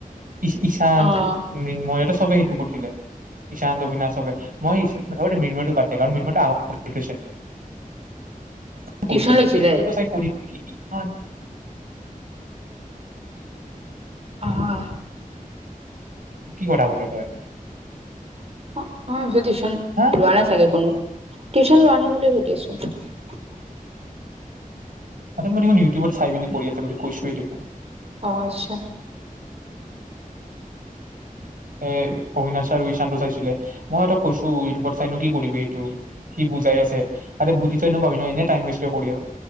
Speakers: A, on the right; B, on the right.
A: ই ইঈশান্ত
B: অ'
A: মিনময় বে সেইটো কৰিছিলে ইঈশ্ত অবিনাশ সবে মই মিনময়টো বাদ দে কাৰণ মিনময় থৈছিল
B: টিউচন
A: কৈছো
B: লৈছিলে
A: চাই কৰি অ',
B: অ',
A: কি কথা ক তই?
B: অ', সতীশ,
A: হা
B: ৰোৱা নাই চাকে কোনো। টিউশন লোৱা নাই বুলি সুধি আছো।
A: আৰু মই দেখোন ইউটিউবত চাই পিনে কৰি আছে বুলি কৈছোৱে দেখোন।
B: অ', আচ্ছা,
A: হয়। অবিনাশা আৰু ঈশান্তটো চাইছিলে। মইহঁত কৈছ ইটউব চাইো কি কৰিবি এই? তটো সি বুজাই আছে। আ, বুজি পাবি ন এনে টাইম ৱেষ্ট কৰি